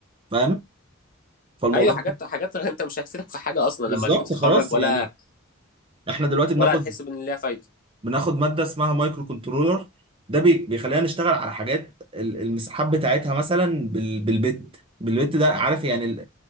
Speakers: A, on the right; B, on the left.
A: فاهم فالموضوع
B: ايوه حاجات حاجات <laughs> انت مش هتفيدك في حاجة اصلا
A: بالظبط
B: لما تيجي تتخرج
A: خلاص
B: ولا
A: يعني احنا دلوقتي بناخد
B: ولا هتحس بان ليها فايدة
A: بناخد ماده اسمها مايكرو كنترولر ده بي- بيخلينا نشتغل على حاجات ال- المساحات بتاعتها مثلا بال- بالبت بالبت ده عارف يعني ال